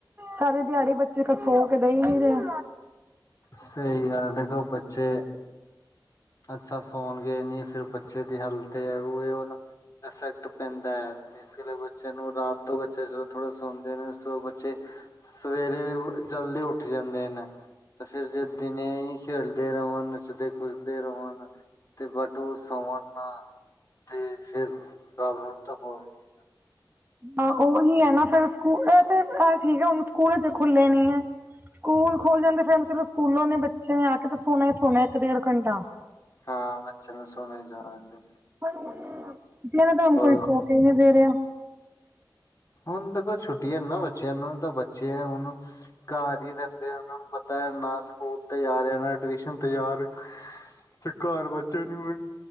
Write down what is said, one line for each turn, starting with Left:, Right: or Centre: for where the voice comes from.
Right: ਸਾਰੇ ਦਿਹਾੜੀ ਬੱਚੇ, ਖ ਸੋ ਕਦੇ ਨੀ ਰਹੇ।
Left: ਸਹੀ ਗੱਲ ਦੇਖੋ, ਬੱਚੇ ਅੱਛਾ ਸੌਣਗੇ ਨਹੀਂ, ਫਿਰ ਬੱਚੇ ਦੀ ਹੈਲਥ ਹੈ, ਉਹ ਇਫੈਕਟ ਪੈਂਦਾ ਹੈ। ਇਸ ਲੀਏ ਗ ਬੱਚਿਆਂ ਨੂੰ ਰਾਤ ਤੋਂ ਬੱਚਾ ਜਦੋਂ ਥੋੜ੍ਹਾ ਸੌਂਦੇ ਨੇ, ਉਸ ਤੋਂ ਬੱਚੇ ਸਵੇਰੇ, ਜਲਦੀ ਉੱਠ ਜਾਂਦੇ ਨੇ। ਤੇ, ਫਿਰ ਜੇ ਦਿਨੇ ਹੀ ਖੇਲਦੇ ਰਵਣ, ਨੱਚਦੇ-ਕੁਦ ਰਵਣ, ਤੇ ਬਟ ਉਹ ਸੋਣ ਨਾ ਤੇ ਫਿਰ, ਪ੍ਰੌਬਲਮ ਤਾਂ ਹੋ <inaudible>
Right: ਹਾਂ, ਉਹੀ ਐ ਨਾ ਫਿਰ ਸਕੂਲ, ਐਤੇ ਠੀਕ ਐ, ਸਕੂਲ ਅਜੇ ਖੁੱਲੇ ਨੀ, ਹੈ। ਸਕੂਲ ਖੁਲ ਜਾਂਦੇ ਫਿਰ, ਚਲੋ ਸਕੂਲੋਂ ਓਹਨੇ ਬੱਚੇ ਨੇ ਆਕੇ ਤੇ, ਸੋਨਾ ਹੀ ਸੋਣਾ ਇੱਕ, ਡੇਢ ਘੰਟਾ।
Left: ਹਾਂ, ਬੱਚਿਆ ਨੇ, ਸੋਣਾ ਹੀ ਸੋਣਾ ਸੀ।
Right: ਦਿਨੇ ਤਾਂ ਹੁਨ ਕੋਈ,
Left: ਬਾਅਦ
Right: ਸੋਕੇ ਹੀ ਨੀ ਦੇ ਰਿਹਾ।
Left: ਹੁਣ ਦੇਖੋ ਛੁੱਟੀਆਂ ਨ ਨਾ, ਬੱਚਿਆਂ ਨੂੰ, ਤਾਂ ਬੱਚੇ ਹੁਣ ਘਰ ਹੀ ਰਹਿੰਦੇ ਆ, ਉਹਨਾਂ ਨੂੰ ਪਤਾ ਨਾ ਸਕੂਲ ਤਿਆਰ ਏ, ਨਾ ਟਿਊਸ਼ਨ ਤੇ ਜਾ ਰਿਹੈ। ਤੇ, ਘਰ ਬੱਚਿਆਂ ਨੂੰ ਵੀ